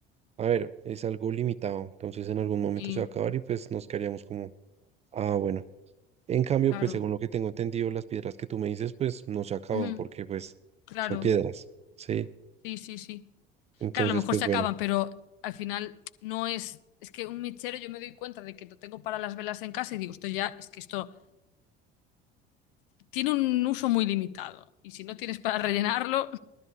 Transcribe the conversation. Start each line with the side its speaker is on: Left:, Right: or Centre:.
Right: a ver, es algo limitado, entonces en algún momento
Left: Sí.
Right: se va a acabar y pues nos quedaríamos como, ah, bueno. En cambio,
Left: Claro.
Right: pues según lo que tengo entendido, las piedras que tú me dices, pues no se acaban
Left: Ujú,
Right: porque pues
Left: Claro.
Right: son piedras, ¿sí?
Left: Sí, sí, sí.
Right: Entonces,
Left: Claro, a lo mejor
Right: pues
Left: se
Right: bueno,
Left: acaban, pero al final no es... Es que un mechero yo me doy cuenta de que lo tengo para las velas en casa y digo, esto ya, es que esto tiene un uso muy limitado. Y si no tienes para rellenarlo,